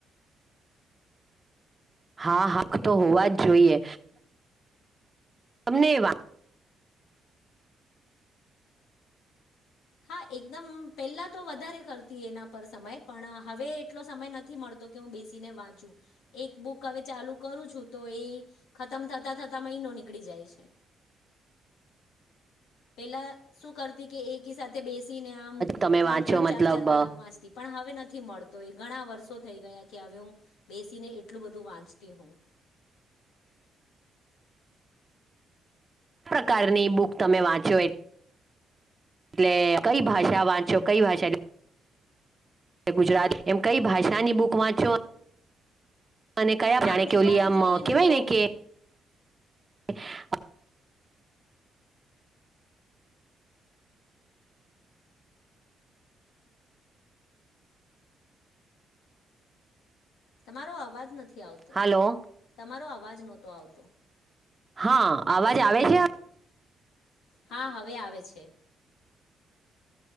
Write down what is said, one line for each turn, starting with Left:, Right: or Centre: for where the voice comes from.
Right: હા, હક તો હોવા જ જોઈએ ને વા
Left: હા, એકદમ પેલા તો વધારે કરતી એના પર સમય પણ હવે એટલો સમય નથી મળ તો કે હુ બેસીને વાચુ એક બુક હવે ચાલુ કરું છું તો એ ખતમ થતા થતા મહ નો નીકળી જાય છે. પેલા શું કરતી કે એકી સાથે બેસ તી ને આમ
Right: તમે
Left: ત્રણ
Right: વાંચો
Left: ત્રણ
Right: મતલબ
Left: ચાર ચાર કલાક વાંચતી પણ હવે નથ થી મળતો એ ઘણા વર્ષો થઈ ગયા કે હવે હું બેસીને એટલું બધું વાંચતી હવ. <inaudible>
Right: ક પ્રકારની બુક તમે વાંચ્યો? એટલે કઈ ભાષા વાંચો કઈ ભાષા ગુજરાત એમ કઈ ભાષાની બુક વાંચો? અને કયા પ્રાણે
Left: આમ જોવાનું
Right: કેવું લમ
Left: જોઈએ
Right: કેવાય
Left: તો
Right: ને કે <inaudible>
Left: તમારો અવાજ નથી આવતો
Right: હાલો
Left: તમારો અવાજ નહતો આવતો.
Right: હા, અવાજ આવે છે?
Left: હા, હવે આવે છે.